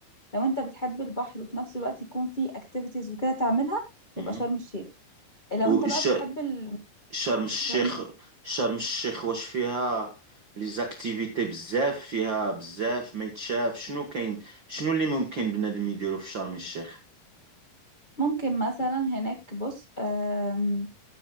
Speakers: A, on the left; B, on the right.
A: لو انت بتحب البحر وفي نفس الوقت يكون فيه اكتيفيتيز وكده تعملها
B: مهم.
A: يبقى شرم الشيخ لو
B: وش
A: انت بقى بتحب ال-
B: شرم الشيخ
A: شرم
B: شرم الشيخ واش فيها لي زاكتيفيتي بزاف فيها بزاف ما يتشاف شنو كاين شنو اللي ممكن بنادم يديرو في شرم الشيخ
A: ممكن مثلا هناك بص آم،